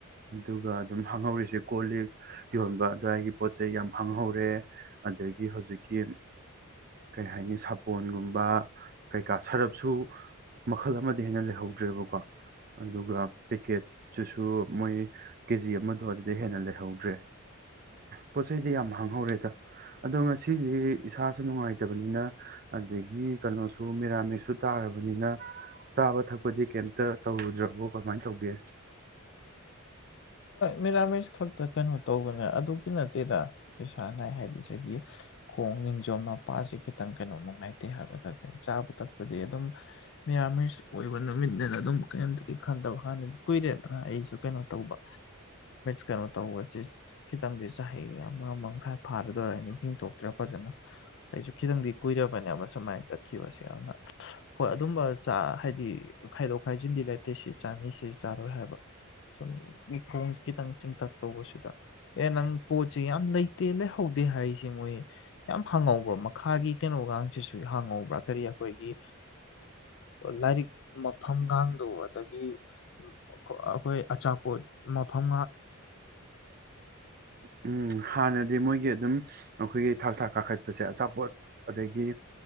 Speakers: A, on the right (about 40°); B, on the left (about 55°).
A: ꯑꯗꯨꯒ ꯑꯗꯨꯝ ꯍꯥꯡꯍꯧꯔꯤꯁꯦ ꯀꯣꯜ ꯂꯤꯛ ꯌꯣꯟꯕ ꯑꯗꯨꯋꯥꯏꯒꯤ ꯄꯣꯠ ꯆꯩꯩ ꯌꯥꯝ ꯍꯥꯡꯍꯧꯔꯦ ꯑꯗꯒꯤ ꯍꯧꯖꯤꯛꯀꯤ ꯀꯩ ꯍꯥꯏꯅꯤ ꯁꯥꯄꯣꯟꯒꯨꯝꯕ ꯀꯩꯀꯥ ꯁꯔꯞꯁꯨ ꯃꯈꯜ ꯑꯃꯗ ꯍꯦꯟꯅ ꯂꯩꯍꯧꯗ꯭ꯔꯦꯕꯀꯣ ꯑꯗꯨꯒ ꯄꯦꯛꯀꯦꯠꯁꯤꯁꯨ ꯃꯣꯏ ꯀꯦꯖꯤ ꯑꯃꯗꯣ ꯑꯗꯨꯗ ꯍꯦꯟꯅ ꯂꯩꯍꯧꯗ꯭ꯔꯦ ꯄꯣꯠ ꯆꯩꯗꯤ ꯌꯥꯝ ꯍꯥꯡꯍꯧꯔꯦꯗ ꯑꯗꯣ ꯉꯁꯤꯁꯤ ꯏꯁꯥꯁꯨ ꯅꯨꯡꯉꯥꯏꯇꯕꯅꯤꯅ ꯑꯗꯒꯤ ꯀꯩꯅꯣꯁꯨ ꯃꯤꯔꯥꯃꯤꯛꯁꯨ ꯇꯥꯔꯕꯅꯤꯅ ꯆꯥꯕ ꯊꯛꯄꯗꯤ ꯀꯩ ꯇꯧꯔꯨꯗ꯭ꯔꯕꯣ ꯀꯃꯥꯏꯅ ꯇꯧꯒꯦ
B: ꯃꯤꯔꯥꯃꯤꯁ ꯈꯛꯇ ꯀꯩꯅꯣ ꯇꯧꯕꯅꯦ ꯑꯗꯨꯛ ꯅꯠꯇꯦꯗ ꯏꯁꯥ ꯅꯥꯏ ꯍꯥꯏꯗꯤ ꯁꯤꯒꯤ ꯈꯣꯡ ꯅꯤꯡꯖꯣꯝ ꯃꯄꯥꯁꯤ ꯈꯤꯇꯪ ꯀꯩꯅꯣ ꯅꯨꯡꯉꯥꯏꯇꯦ ꯍꯥꯏꯕ ꯈꯛ ꯆꯥꯕ ꯊꯛꯄꯗꯤ ꯑꯗꯨꯝ ꯃꯤꯔꯥꯃꯤꯁ ꯑꯣꯏꯕ ꯅꯨꯃꯤꯠꯅꯦꯅ ꯑꯗꯨꯝ ꯀꯔꯤꯝꯇꯗꯤ ꯈꯟꯗꯕ ꯍꯥꯟꯗ ꯀꯨꯏꯔꯦꯅ ꯑꯩꯁꯨ ꯀꯩꯅꯣ ꯇꯧꯕ ꯀꯩꯅꯣ ꯇꯧꯕꯁꯦ ꯈꯤꯇꯪꯗꯤ ꯆꯍꯤ ꯑꯃ ꯃꯈꯥꯏ ꯐꯥꯒꯗꯣꯔꯦ ꯍꯥꯏꯅꯤ ꯍꯤꯡꯊꯣꯛꯇ꯭ꯔꯦ ꯐꯖꯅ ꯑꯩꯁꯨ ꯈꯤꯇꯪꯗꯤ ꯀꯨꯏꯔꯕꯅꯦꯕ ꯁꯨꯃꯥꯏꯅ ꯆꯠꯈꯤꯕꯁꯦ ꯑꯗꯨꯅ ꯍꯣꯏ ꯑꯗꯨꯝꯕ ꯆ ꯍꯥꯏꯗꯤ ꯈꯥꯏꯗꯣꯛ ꯈꯥꯏꯖꯤꯟꯗꯤ ꯂꯩꯇꯦ ꯁꯤ ꯆꯥꯅꯤ ꯁꯤ ꯆꯥꯔꯣꯏ ꯍꯥꯏꯕ ꯁꯨꯝ ꯈꯣꯡꯁꯦ ꯈꯤꯇꯪ ꯆꯤꯟꯇꯛ ꯇꯧꯕꯁꯤꯗ ꯑꯦ ꯅꯪ ꯄꯣꯠꯁꯤ ꯌꯥꯝ ꯂꯩꯇꯦ ꯂꯩꯍꯧꯗꯦ ꯍꯥꯏꯁꯦ ꯃꯣꯏ ꯌꯥꯝ ꯍꯥꯡꯍꯧꯕ꯭ꯔꯥ ꯃꯈꯥꯒꯤ ꯀꯩꯅꯣꯒꯁꯤꯁꯨ ꯍꯥꯡꯍꯧꯕ꯭ꯔꯥ ꯀꯔꯤ ꯑꯩꯈꯣꯏꯒꯤ ꯂꯥꯏꯔꯤꯛ ꯃꯐꯝꯒꯗꯣ ꯑꯗꯒꯤ ꯑꯩꯈꯣꯏ ꯑꯆꯥꯄꯣꯠ ꯃꯐꯝ
A: ꯎꯝ ꯍꯥꯟꯅꯗꯤ ꯃꯣꯏꯒꯤ ꯑꯗꯨꯝ ꯑꯩꯈꯣꯏꯒꯤ ꯊꯥꯛ ꯊꯥꯛ ꯀꯥꯈꯠꯄꯁꯦ ꯑꯆꯥꯄꯣꯠ ꯑꯗꯒꯤ